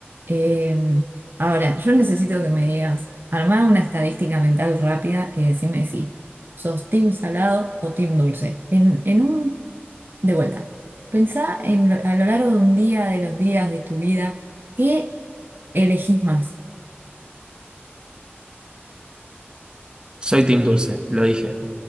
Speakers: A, on the right (about 55°); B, on the right (about 20°).
A: Eh, ahora, yo necesito que me digas, armá una estadística mental rápida y decime si ¿Sos team salado o team dulce? En, en un, de vuelta, pensá en lo- a lo largo de un día, de los días de tu vida, ¿qué elegís más?
B: Soy team dulce, lo dije.